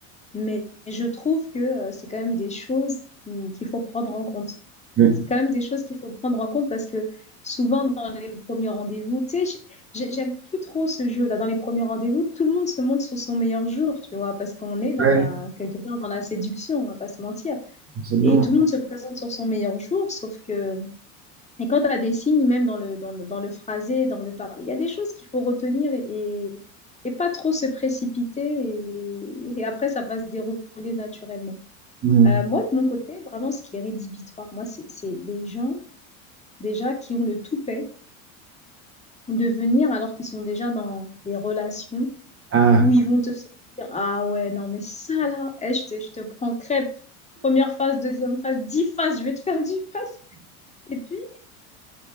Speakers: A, on the left; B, on the right.
A: Mais je trouve que euh, c'est quand même des choses qui- qu'il faut prendre en compte.
B: Oui.
A: C'est quand même des choses qu'il faut prendre en compte parce que souvent dans les premiers rendez-vous, tu sais, j- j'ai- j'aime plus trop ce jeu-là. Dans les premiers rendez-vous, tout le monde se montre sur son meilleur jour, tu vois, parce qu'on est dans
B: Ouais,
A: la, quelque part dans la séduction, on va pas se mentir.
B: absolument.
A: Et tout le monde se présente sur son meilleur jour, sauf que et quand tu as des signes, même dans le, dans le, dans le phrasé, dans le parler, il y a des choses qu'il faut retenir et, et, et pas trop se précipiter. Et, et après, ça va se dérouler naturellement.
B: Mhm.
A: Euh, moi, de mon côté, vraiment, ce qui est rédhibitoire, moi, c'est c'est les gens déjà qui ont le toupet de venir alors qu'ils sont déjà dans des relations
B: Ah.
A: où ils vont te dire, Ah ouais, non, mais ça là, eh, je te, je te prends crêpe. Première phase, deuxième phase, dix phases, je vais te faire dix phases. Et puis,